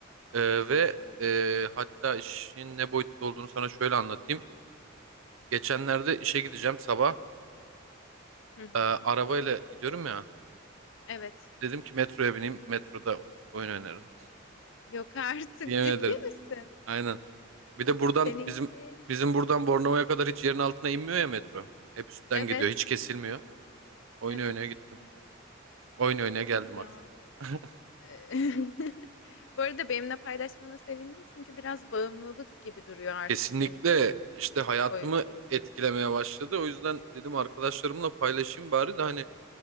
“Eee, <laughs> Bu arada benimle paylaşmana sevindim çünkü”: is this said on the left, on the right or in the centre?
Left